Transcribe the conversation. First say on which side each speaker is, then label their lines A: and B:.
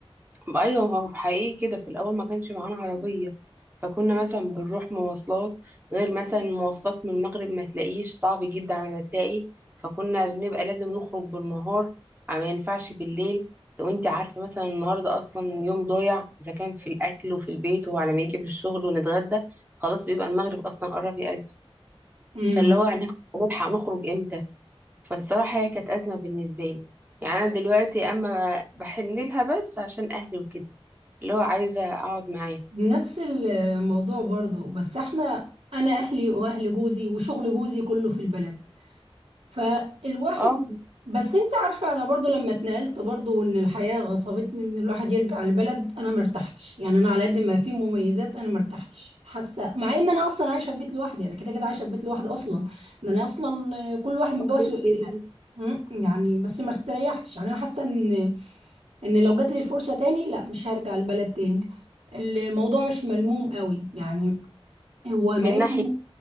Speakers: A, on the right; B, on the right.
A: ايوه هو في حقيقي كده في الاول ما كانش معانا عربيه فكنا مثلا بنروح مواصلات غير مثلا مواصلات من المغرب ما تلاقيش صعب جدا على ما تلاقي فكنا بنبقى لازم نخرج بالنهار ما ينفعش بالليل لو انت عارفه مثلا النهارده اصلا يوم ضايع اذا كان في الاكل وفي البيت وعلى ما يجي بالشغل ونتغدى خلاص بيبقى المغرب اصلا قرب يأذن
B: امم
A: فاللي هو هناخد- هنلحق نخرج امتى فالصراحه هي كانت ازمه بالنسبه لي يعني انا دلوقتي اما بحن لها بس عشان اهلي وكده اللي هو عايزة أقعد معاه
B: نفس الموضوع برضو بس احنا انا اهلي واهل جوزي وشغل جوزي كله في البلد فالواحد
A: اه
B: بس انت عارفة انا برضو لما اتنقلت برضو وان الحياة غصبتني ان الواحد يرجع البلد انا مرتحتش يعني انا على قد ما في مميزات انا مرتحتش حاسة مع ان انا اصلا عايشة في بيت لوحدي انا كده كده عايشة في بيت لوحدي اصلا ان انا اصلا آه، كل واحد متجوز
A: حسيت
B: في-
A: كده
B: يعني مم، يعني بس ما استريحتش يعني انا حاسة ان ان لو جات لي الفرصة تاني لا مش هرجع البلد تاني الموضوع مش ملموم قوي يعني هو ما
A: من
B: إلا-
A: ناحية